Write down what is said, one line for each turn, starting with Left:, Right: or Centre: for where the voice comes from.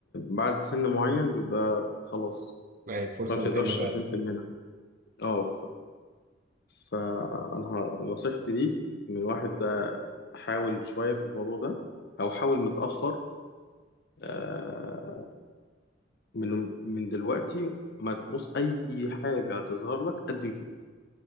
Left: بعد سن معين بيبقى خلاص
Right: يعني الفرصة
Left: ما بتقدرش
Right: بتقل فعلا
Left: تقدم في المنح اه فأنا ه- نصيحتي ليك من واحد بقى حاول شوية في الموضوع ده أو حاول متأخر آه، من من دلوقتي ما تبص أي حاجة هتظهر لك قدم فيها